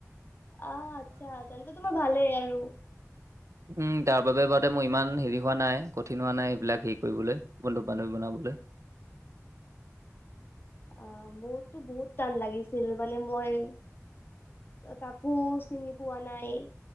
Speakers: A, on the left; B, on the right.
A: আ, আটচ্ছা। তেন্তে তোমাৰ ভালেই আৰু।
B: উম। তাৰ বাবে বাদে মই ইমান হেৰি হোৱা নাই, কঠিন হোৱা নাই সেইবিলাক হেৰি কৰিবলৈ। বন্ধু-বান্ধৱী বনাবলৈ।
A: অ, মোৰতো বহুত টান লাগিছিল। মানে মই কাকো চিনি পোৱা নাই।